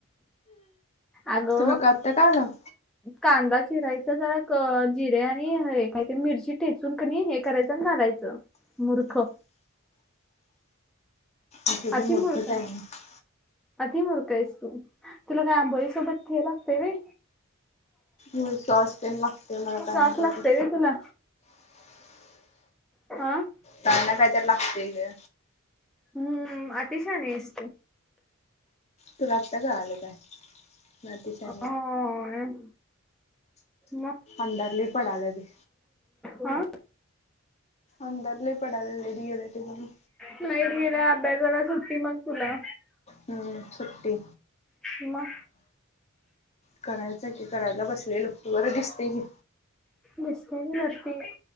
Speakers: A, in the centre; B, on the left.
A: आगो
B: तुला का आत्ता कळालं
A: कांदा चिरायचा जरा जिरे आणि हे काय ते मिरची ठेचून क करायचं आणि घालायचं मूर्ख.
B: असं
A: अति
B: बी मूर्खच
A: मळ का
B: आहे मी
A: अधी मर का आहेस तू तुला काय आबईसोबत घ लागते रे
B: होय सॉस तेन लागते मला काय
A: सास
B: ना काय
A: लागतय
B: तर
A: रे तुला हह
B: ताना काहीतरी लागते ग
A: हम्म अतिशान असस्
B: तू लागता का आलं काय म तिच्या
A: अं मग
B: अंदरली पडालेवी
A: हा
B: अल्ली पडा इ गला त
A: नाही मीरा अभ्यासाला सुट्टी मग ला
B: हम्म सुट्टी
A: ह
B: करायचा की करायला बसलेलो बरं दिसते की
A: दिसत वरती